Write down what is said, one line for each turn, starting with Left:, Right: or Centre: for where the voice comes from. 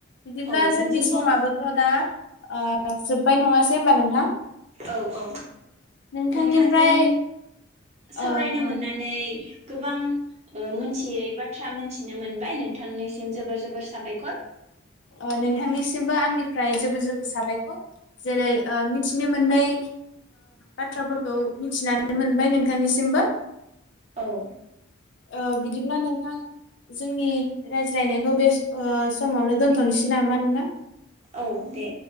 Left: बिदिब्ला
Right: औ
Left: जोंनि
Right: बिदिब्ला
Left: समाबोथ' दा ओ जोब्बाय नङा से होमबा नोंथां
Right: औ औ
Left: नोंथांनिफ्राय
Right: नोंथांजों सावरायनो
Left: ओ ओ
Right: मोननानै गोबां ओ मोनथियै बाथ्रा मोनथिनो मोनबाय नोंथांनिसिम जोबोर जोबोर साबायखर
Left: ओ नोंथांनिसिमबो आंनिफ्राय जेबोर जेबोर साबायखर जेरै मिथिनो मोननाय बाथ्राफोरखौ मिथिनानै मोनबाय नोंथांनिसिमबो
Right: औ
Left: ओ बिदिब्ला नोंथां जोंनि रायज्लायनायखौ बे ओ समावनो दोन्थ'नोसै नामा नोंथां
Right: औ दे